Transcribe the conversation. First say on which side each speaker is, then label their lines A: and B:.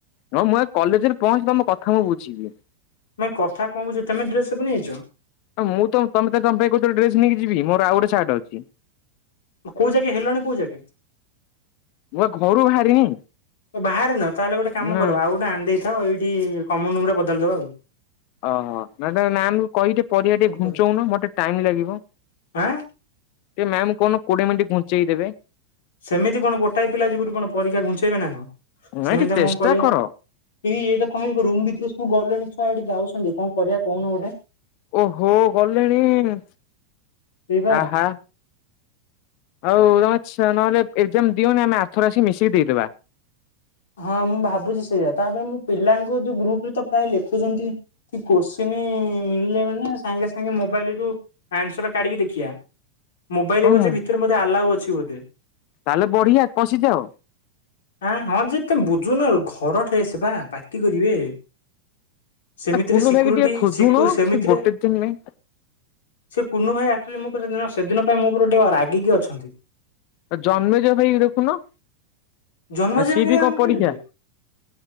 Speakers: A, on the left; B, on the left.
A: ହଁ ମୁଁ ଏ କଲେଜରେ ପହଞ୍ଚି ତମ କଥା ମୁଁ ବୁଝିବି।
B: ନାଇଁ କଥା କଣ ବୁଝିବ ତେମେ ଡ୍ରେସ୍ ବନେଇଛ?
A: ହଁ ମୁଁ ତ ତମେ ତ ତମ ପାଇଁ କହୁଥିଲ ଡ୍ରେସ୍ ନେଇିକି ଯିବି ମୋର ଆଉ ଗୋଟେ ସାର୍ଟ ଅଛି।
B: କୋଉ ଜାଗେ ହେଲଣି କୋଉ ଜାଗେ
A: ମୁଁ ଘରୁ ବାହାରିନି
B: ବାହାରେ ନ ତାହେଲେ ଗୋଟେ କାମ
A: ନା
B: କର ଆଉ ଗୋଟେ ଆଣିଦେଇ କ ଏଇଠି କମନ ରୁମ୍ ରେ ବଦଳେଇଦବା ଆଉ।
A: ଓହୋ ମ୍ୟମ୍ କହି ଟିକେ ପରୀକ୍ଷା ଟିକେ
B: ଉପରେ
A: ଘୁଂଚାଉନା ମୋତେ ଟାଇମ୍ ଲାଗିବ।
B: ଆଁ
A: ଏ ମ୍ୟାମଙ୍କୁ କହୁନୁ କୋଡି଼ଏ ମିନିଟ୍ ଘୁଞ୍ଚେଇ ଦେବେ।
B: ସେମିତି କଣ ଗୋଟାଏ ପିଲା ଯୁଗରୁ କଣ ପରୀକ୍ଷା ଘୁଞ୍ଚେଇବେ ନା କଣ
A: ନାଇଁ
B: ସେମିତି
A: ଟିକେ
B: ଆ
A: ଚେଷ୍ଟା
B: କଣ କରିବା
A: କର।
B: ଏଇ ଇଏ ତ କହ ରୁମ୍ ଭିତରେ ସବୁ ଗଲେଣି ଛୁଆ ଏଠି ଯାଉଛନ୍ତି କଣ କରିବା କହୁନୁ ଗୋଟେ।
A: ଓହୋ ଗଲେଣି
B: ସେଇବା
A: ଆହା। ହଉ ତମେଛ ନହେଲେ ଏକ୍ଜାମ ଦିଅନି ଆମେ ଆଥରେ ଆସି ମିଶିକି ଦେଇଦେବା।
B: ହଁ ମୁଁ ଭାବୁଛି ସେଇଟା ତାପ ମୁଁ ପିଲାଙ୍କୁ ଯୋଉ ଗ୍ରୁପ୍ ରେ ତ ପ୍ରାୟ ଲେଖୁଛନ୍ତି। କୋଶ୍ଚିନି ମିଳିଲେ ମାନେ ସାଙ୍ଗେ ସାଙ୍ଗେ ମୋବାଇଲ ରୁ ଆନ୍ସର କାଢିକି ଦେଖିବା ମୋବାଇଲ
A: ଓ
B: ବ
A: ମୁଁ
B: ଭିତରେ ବୋଧେ ଆଲାଉ ଅଛି ବୋଧେ।
A: ତାହେଲେ ବଢି଼ଆ ପଶିଯାଅ।
B: ଆଁ ହଁ ଯେ। ତମେ ବୁଝୁନ ଘର ଡ୍ରେସ୍ ବା ପାଟି କରିବେ। ସେମିତିରେ
A: ଆ କୁନୁ
B: ସିକ୍ୟୁରିଟି
A: ଭାଇକି ଟିକେ ଖୋଜୁନ
B: ସିକୁ ସେମିତିରେ
A: ସେ ଗୋଟେ ଦିନ ନାଇଁ
B: ସେ କୁନୁ ଭାଇ ଆକ୍ଚଲି ମୋ ଉପରେ ସେଦିନ ପାଇଁ ମୋ ପରେ ଟିକେ ରାଗି ଅଛନ୍ତି।
A: ଆଉ ଜନ୍ମେଜୟ ଭାଇକି ଦେଖୁନ
B: ଜନ୍ମ ଯେ
A: ସିଏ ବି
B: ଆମ
A: କଣ ପରୀକ୍ଷା
B: ପାଇଁ ଯେ